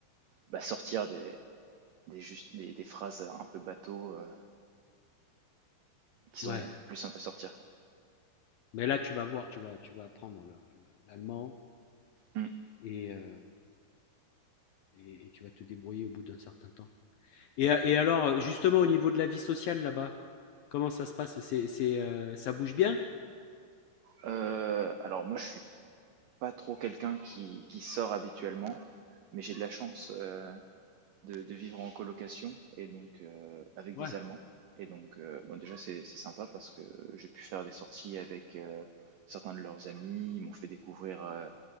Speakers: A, on the right; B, on the left.
A: bah, sortir des des, juste, des des phrases un peu bateau euh, qui sont
B: ouais.
A: plus sympas à sortir. quoi.
B: Mais là, tu vas voir, tu vas, tu vas apprendre le- le- l'allemand
A: Hmm.
B: et, euh, et, et tu vas te débrouiller au bout d'un certain temps. Et, et alors, justement, au niveau de la vie sociale là-bas, comment ça se passe? C'est, c'est, euh, ça bouge bien?
A: Euh, alors moi, je suis pas trop quelqu'un qui qui sort habituellement, mais j'ai de la chance. euh, de, de vivre en colocation et donc euh, avec
B: Ouais.
A: des Allemands. Et donc, euh, bon, déjà, c'est c'est sympa parce que j'ai pu faire des sorties avec euh, certains de leurs amis. Ils m'ont fait découvrir euh,